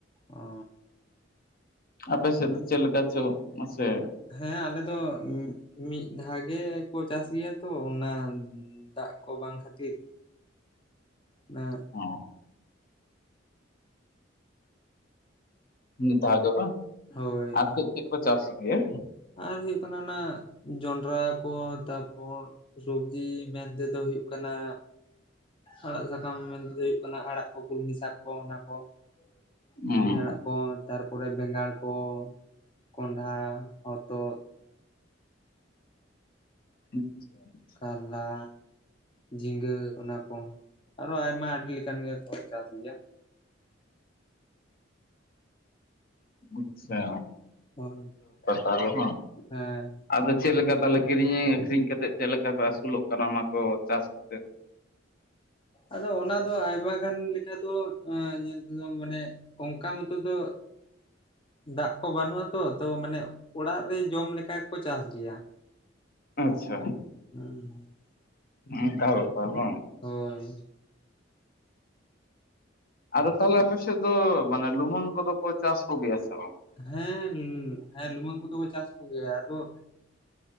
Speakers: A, on the left (about 25°); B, on the left (about 50°).
A: ᱚ
B: ᱟᱯᱮ ᱥᱮᱫ ᱪᱮᱫ ᱞᱮᱠᱟ ᱪᱚ ᱢᱟᱥᱮᱼᱼ
A: ᱦᱮᱸ ᱟᱞᱮ ᱫᱚ ᱢᱤᱫ ᱫᱷᱟᱣ ᱜᱮᱠᱚ ᱪᱟᱥ ᱜᱮᱭᱟ ᱛᱚ ᱚᱱᱟ ᱫᱟᱜ ᱠᱚ ᱵᱟᱝ ᱠᱷᱟᱹᱛᱤᱨᱼᱼ ᱱᱟᱜ
B: ᱦᱚᱸ ᱢᱤᱫᱫᱷᱟᱣ ᱫᱚ ᱵᱟᱝ
A: ᱦᱳᱭ
B: ᱟᱨ ᱪᱮᱫ ᱪᱮᱫ ᱠᱚ ᱪᱟᱥ ᱜᱮᱭᱟ᱾
A: ᱟᱨ ᱦᱩᱭᱩᱜ ᱠᱟᱱᱟ ᱚᱱᱟ ᱡᱚᱱᱰᱨᱟ ᱠᱚ ᱛᱟᱨᱯᱚᱨᱼᱼ ᱥᱚᱵᱡᱤ ᱢᱮᱱᱛᱮᱫᱚ ᱦᱩᱭᱩᱜ ᱠᱟᱱᱟ᱾ ᱟᱲᱟᱜ ᱥᱟᱠᱟᱢ ᱢᱮᱱᱛᱮᱫᱚ ᱦᱩᱭᱩᱜ ᱠᱟᱱᱟ ᱟᱲᱟᱜ ᱠᱚ ᱠᱩᱞᱢᱤ ᱥᱟᱠ ᱠᱚ ᱚᱱᱟ ᱠᱚ᱾ ᱠᱩᱞᱢᱤ
B: ᱦᱩᱸ
A: ᱟᱲᱟᱜ ᱠᱚ ᱛᱟᱨᱯᱚᱨᱮ ᱵᱮᱸᱜᱟᱲ ᱠᱚ ᱠᱳᱱᱰᱷᱟ ᱦᱚᱛᱚᱫᱼᱼ
B: ᱟᱪᱪᱷᱟ
A: ᱠᱟᱞᱞᱟ ᱡᱷᱤᱱᱜᱟ ᱚᱱᱟ ᱠᱚ᱾ ᱟᱨᱦᱚᱸ ᱟᱭᱢᱟ ᱟᱹᱰᱤ ᱞᱮᱠᱟᱱ ᱜᱮᱠᱚ ᱪᱟᱥ ᱜᱮᱭᱟ᱾
B: ᱟᱪᱪᱷᱟ
A: ᱦᱳᱭ
B: <inaudible>
A: ᱦᱮᱸ
B: ᱟᱫᱚ ᱪᱮᱫ ᱞᱮᱠᱟ ᱛᱟᱦᱚᱞᱮ ᱠᱤᱨᱤᱧ ᱟᱹᱠᱷᱨᱤᱧ ᱠᱟ ᱠᱟᱛᱮᱫ ᱪᱮᱫ ᱞᱮᱠᱟ ᱠᱚᱮ ᱟᱹᱥᱩᱞᱚᱜ ᱠᱟᱱᱟ ᱚᱱᱟ ᱠᱚ ᱪᱟᱥ ᱠᱟᱛᱮᱫᱼᱼ
A: ᱟᱫᱚ ᱚᱱᱟ ᱫᱚ ᱟᱭᱢᱟ ᱜᱟᱱ ᱞᱮᱠᱟ ᱫᱚ ᱧᱮᱞ ᱛᱮᱫᱚ ᱢᱟᱱᱮ᱾ ᱚᱱᱠᱟ ᱢᱚᱛᱚ ᱫᱚ ᱫᱟᱜ ᱠᱚ ᱵᱟᱹᱱᱩᱜᱼᱟᱛᱚ ᱛᱚ ᱢᱟᱱᱮ ᱚᱲᱟᱜ ᱨᱮ ᱡᱚᱢ ᱞᱮᱠᱟ᱾ ᱠᱚ ᱪᱟᱥ ᱜᱮᱭᱟ᱾
B: ᱟᱪᱪᱷᱟ
A: ᱦᱩᱸ
B: ᱚᱱᱠᱟ ᱵᱮᱯᱟᱨ ᱵᱟᱝ
A: ᱦᱳᱭ
B: ᱟᱫᱚ ᱛᱟᱦᱚᱞᱮ ᱟᱯᱮ ᱥᱮᱫ ᱫᱚ ᱢᱟᱱᱮ ᱞᱩᱢᱩᱝ ᱠᱚᱫᱚ ᱠᱚ ᱪᱟᱥ ᱠᱚᱜᱮᱭᱟ ᱥᱮ ᱵᱟᱝ
A: ᱦᱮᱸ ᱦᱮᱸ ᱞᱩᱢᱟᱹᱝ ᱠᱚᱫᱚ ᱠᱚ ᱪᱟᱥ ᱠᱚᱜᱮᱭᱟ ᱟᱫᱚ